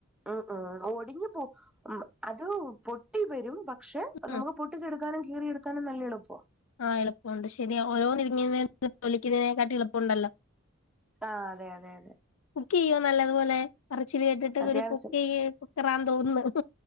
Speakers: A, in the centre; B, on the left.
A: ഉം ഉം ഒടിഞ്ഞു പോവും അത് പൊട്ടി വരും പക്ഷെ
B: ഉം
A: നമുക്ക്. പട്ടിച്ചെടുക്കാനും കീറിയെടുക്കാനും നല്ല എളുപ്പമാണ്.
B: ആഹ് എളുപ്പുണ്ട് ശരി ഓരോ നടുങ്ങ് പേളിക്കുന്നതിനെക്കാട്ടുംഎളുപ്പമുണ്ടല്ലോ?
A: ആ അതെ അതെ അതെ
B: കുക്ക് ചെയ്യോ നല്ലതുപോലെ പറച്ചില് കേട്ടിട്ട്.
A: അത്യാവശ്യം
B: ഒരു കുക്ക് കുക്കറാണെന്ന് തോന്നുന്നു.